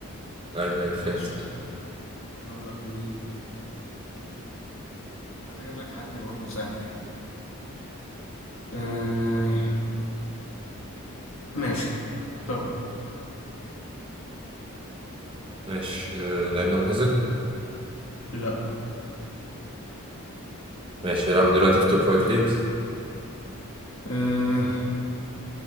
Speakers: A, on the right; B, on the left.
A: ايوه ايوه فهمت
B: ماشي اختار لك مين عايز اجيب لك حد برضه سهل يعني أه... ماشي اختار
A: ماشي آه، اللاعب ده معتزل
B: لا
A: ماشي بيلعب دلوقتي في توب فايف ليجز
B: أه...